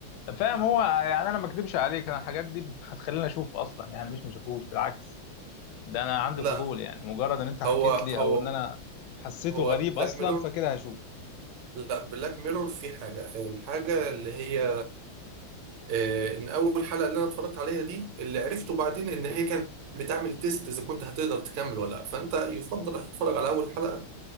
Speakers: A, on the left; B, on the right.
A: فاهم هو يعني انا ما اكدبش عليك انا الحاجات دي هتخليني اشوف اصلا يعني مش ما اشوفوش بالعكس ده انا عندي
B: لا
A: فضول يعني مجرد ان انت حكيت
B: هو هو
A: لي او ان انا حسيته
B: هو
A: غريب
B: بلاك
A: اصلا
B: ميرور
A: فكده هشوفه
B: لا بلاك ميرور في حاجة الحاجة اللي هي آه ان اول حلقة اللي انا اتفرجت عليها دي اللي عرفته بعدين ان هي كانت بتعمل تيست اذا كنت هتقدر تكمل ولا لا فانت يفضل هتتفرج على اول حلقة